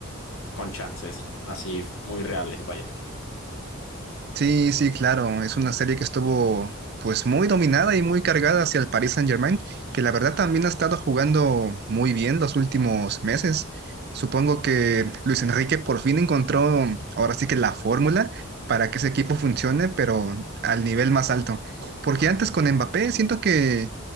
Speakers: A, on the left; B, on the right.
A: con chances así muy reales, vaya.
B: Sí, sí, claro. Es una serie que estuvo pues muy dominada y muy cargada hacia el Paris Saint-Germain, que la verdad también ha estado jugando muy bien los últimos meses. Supongo que Luis Enrique por fin encontró ahora sí que la fórmula para que ese equipo funcione, pero al nivel más alto. Porque antes con Mbappé siento que